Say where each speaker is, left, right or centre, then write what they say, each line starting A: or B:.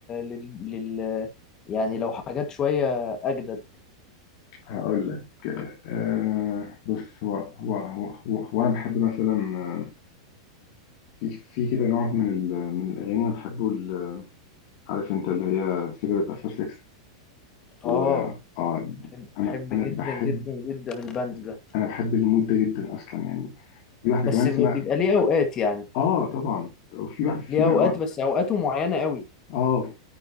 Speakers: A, on the left; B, on the left.
A: لل... لل... يعني لو حاجات شوية أجدد
B: هقول لك آه بص هو هو هو هو, هو انا بحب مثلا آه، في في كده نوع من ال من الاغاني انا بحبه ال- عارف انت اللي هي سيجرت افتر سكس و
A: آه
B: آه
A: بحب
B: انا
A: بحب
B: انا
A: جدا
B: بحب
A: جدا جدا البند ده
B: انا بحب المود ده جدا اصلا يعني في واحده
A: بس
B: كمان اسمها
A: ب- بيبقى ليه أوقات يعني
B: اه طبعا وفي واحد في
A: ليه
B: بقى
A: أوقات
B: وقت
A: بس أوقاته معينة قوي
B: اه